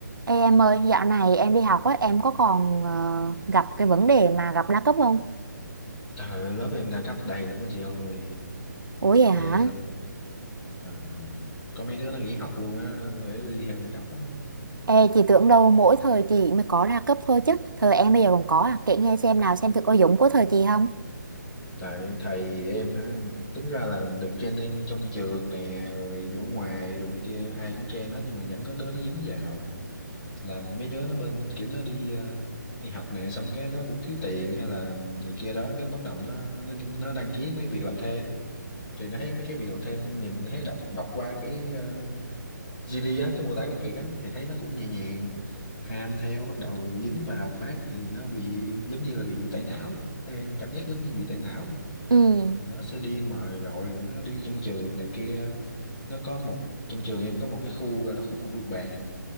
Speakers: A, on the right; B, on the left.
A: Ê em ơi, dạo này em đi học á, em có còn ờ, gặp cái vấn đề mà gặp đa cấp không?
B: Trời ơi, lớp em đa cấp đầy luôn á chị ơi,
A: Ủa vậy hả?
B: ghê lắm. Ờ, Có mấy đứa nó nghỉ học luôn á, để đi theo đa cấp á.
A: Ê, chị tưởng đâu mỗi thời chị mới có đa cấp thôi chứ. Thời em bây giờ còn có à? Kể nghe xem nào xem thử có giống của thời chị không?
B: Tại thầy em ha, tính ra là được training trong trường nè, rồi ở ngoài, đồ này kia, ai cũng train hết nhưng mà vẫn có đứa nó dính vào. Là mấy đứa nó bên kiểu nó đi ờ, đi học nè, xong cái nó cũng thiếu tiền hay là này kia đó, cái nó bắt đầu nó nó nó đăng ký mấy việc làm thêm. Thì nó thấy mấy cái việc làm thêm nhìn thấy đọc đọc qua cái ờ, GD á cái mô tả công việc á thì thấy nó cũng nhẹ nhàng ham theo bắt đầu dính vào phát thì nó bị giống như là bị tẩy não vậy. theo em cảm giác giống như bị tẩy não vậy.
A: Ừ,
B: thì nó sẽ đi mời gọi rồi nó đi trong trường này kia nó có một trong trường em có một cái khu gọi là khu vườn bàn